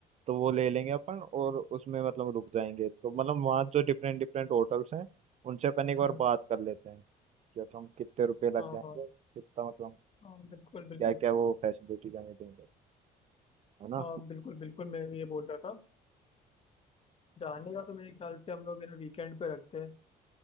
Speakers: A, on the right; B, on the left.
A: तो वो ले लेंगे अपन और उसमें मतलब रुक जाएंगे तो मतलब वहाँ जो डिफरेंट डिफरेंट होटल्स हैं उनसे अपन एक बार
B: हम्म
A: बात कर लेते हैं कि मतलब कितने रुपए लग
B: हाँ
A: जाएंगे
B: हाँ
A: कितना मतलब
B: हाँ बिल्कुल बिल्कुल
A: क्या क्या वो फैसिलिटीज हमें देंगे है ना
B: हाँ बिल्कुल बिल्कुल मैं भी ये बोल रहा था जाने का तो मेरे ख्याल से हम लोग है ना वीकेंड पे रखते हैं